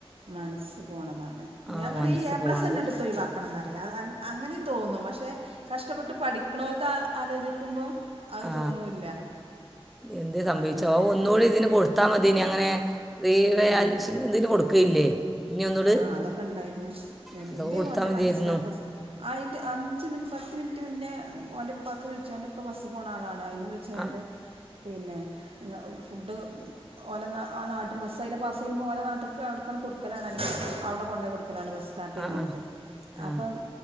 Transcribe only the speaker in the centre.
ആ
മനസ്സ്
പോണത്
ആ
എന്ത് സംഭവിച്ചോ
ഓ ഒന്നുകൂടി ഇതിന് കൊടുത്താൽ മതെനി അങ്ങനെ റീവൽ
ഇതിന്ന് കൊടുക്കുകയില്ലേ പിന്നെ ഒന്നുകൂടി
അതൊക്കെ കൊടുത്താൽ
മതിയായിരുന്നു
ആ
ആ ആ ആ